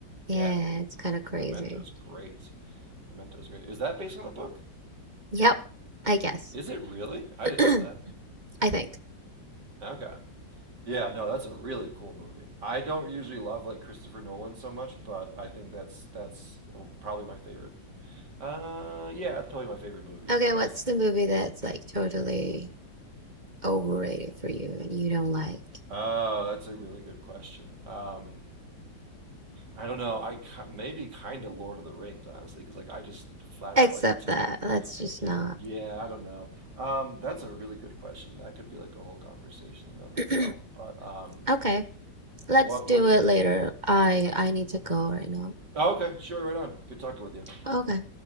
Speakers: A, on the right; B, on the right.
A: Yeah,
B: Yeah, dude.
A: it's kind of crazy.
B: Memento's great. Memento's great. Is that based on a book?
A: Yep, I guess.
B: Is it really?
A: <clears throat>
B: I didn't
A: I
B: know that.
A: think.
B: Okay. Yeah, no, that's a really cool movie. I don't usually love like Christopher Nolan so much, but I think that's that's oh, probably my favorite. Uh, yeah, it's probably my favorite movie
A: Okay,
B: of his.
A: what's the movie that's like totally overrated for you and you don't like?
B: Oh, that's a really good question. Um, I don't know. I ki- maybe kind of Lord of the Rings, honestly, because like I just flat
A: Except
B: out like do
A: that, let's
B: not
A: just
B: like
A: not.
B: it. Yeah, I don't know. Um, that's a really good question. That could be like a whole conversation in and of
A: <clears throat>
B: itself. But um,
A: Okay, let's
B: what
A: do
B: would
A: it
B: be?
A: later. I I need to go right now.
B: Oh, okay, sure, right on. Good talking with you.
A: Okay.